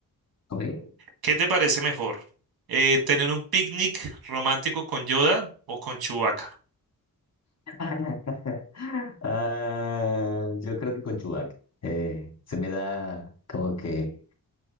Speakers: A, on the left; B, on the right.
A: Ok.
B: ¿Qué te parece mejor? Eh, ¿tener un picnic romántico con Yoda o con Chewbacca?
A: <laughs> Ah, yo creo que con Chubac. se me da como que